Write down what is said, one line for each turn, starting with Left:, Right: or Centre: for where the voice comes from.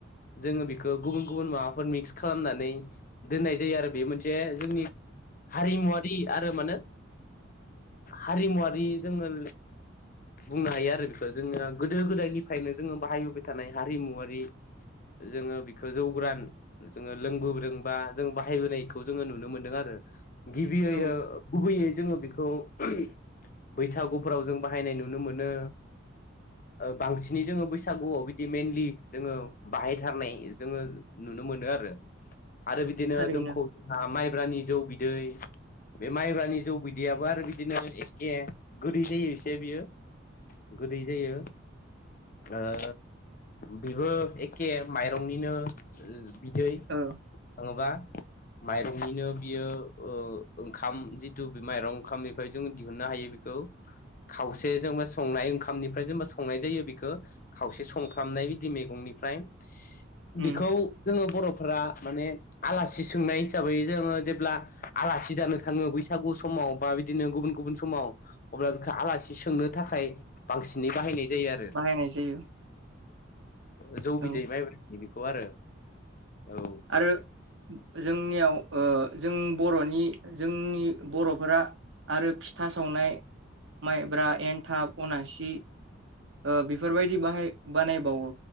Left: जोंङो बेखौ गुबुन गुबुन माबाफोर मिक्स खालामनानै दोननाय जायो आरो बे मोनसे जोंनि हारिमुवारि आरो म होने हारिमुवारि जोङो बुंनो हायो आरो बेखौ जोंङो गोदो गोदायनिफ्रायनो जोंङो बाहायबोबाय थानाय हारिमुवारि जोंङो बिखौ जौगोरान जोंङो लोंबोबोदों बा जों बाहायबोनायखौ जोंङो नुनो मोनदों आरो गिबियै
Right: औ
Left: गुबैयै जोंङो बेखौ बेखौ बैसागुफोराव जों बाहायनाय नुनो मोनो बांसिनै जोंङो बैसागुआव बिदि मइेनलि जोंङो बाहायथारनाय जोंङो नुनो मोनो आरो आरो बिदिनो
Right: थारैनो
Left: दोंखौ जोंहा माइब्रानि जौ बिदै बे माइब्रानि जौ बिदैयाबो आरो बिदिनो एखे जायोसे बेयो गोदै जायो ओ बेबो एके माइरंनिनो बिदै
Right: ओ
Left: थांङोबा माइरंनिनो बियो ओंखाम जिथु माइरं ओंखामनिफ्राय जों दिहुननो हायो बेखौ खावसे जेनबा संनाय ओंखामनिफ्राय जेनबा संनाय जायो बेखौ खावसे संफ्रामनाय बिदि मैगंनिफ्राय
Right: उम
Left: बिखौ जोंङो बरफोरा माने आलासि सोंनाय हिसाबै जोंङो जेब्ला आलासि जानो थांङो बैसागु समाव बा बिदिनो गुबुन गुबुन समाव अब्ला बेखौ आलासि सोंनो थाखाय बांसिनै बाहायनाय जायो आरो
Right: बाहायनाय जायो
Left: <unintelligible> जौ
Right: औ
Left: मायब्रानि बिखौ आरो औ
Right: आरो जोंनियाव ओ जों बरनि जोंनि बरफोरा आरो फिथा सावनाय माइब्रा‌ एन्थाब अनासि ओ बेफोरबायदि बाहाय बानायबावो